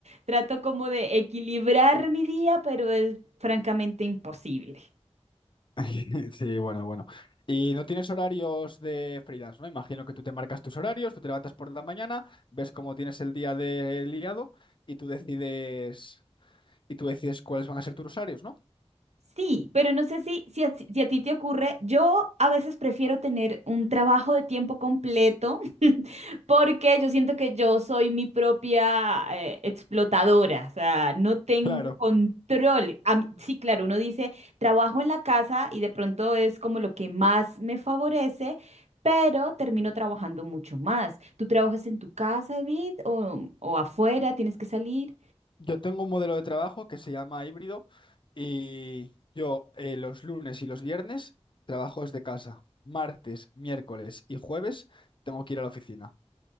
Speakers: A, on the right; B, on the left.
A: trato como de equilibrar mi día, pero es francamente imposible.
B: <laughs> sí, bueno, bueno. Y no tienes horarios de freelance, ¿no? Imagino que tú te marcas tus horarios, tú te levantas por la mañana, ves cómo tienes el día de liado y tú decides, y tú decides cuáles van a ser tus horarios, ¿no?
A: Sí, pero no sé si, si, a, si a ti te ocurre, yo a veces prefiero tener un trabajo de tiempo completo <laughs> porque yo siento que yo soy mi propia eh, explotadora, o sea, no tengo
B: Claro.
A: control. A mí- sí, claro, uno dice, trabajo en la casa y de pronto es como lo que más me favorece, pero termino trabajando mucho más. ¿Tú trabajas en tu casa, David, o, o afuera? ¿Tienes que salir?
B: Yo tengo un modelo de trabajo que se llama híbrido y yo eh, los lunes y los viernes trabajo desde casa. Martes, miércoles y jueves tengo que ir a la oficina.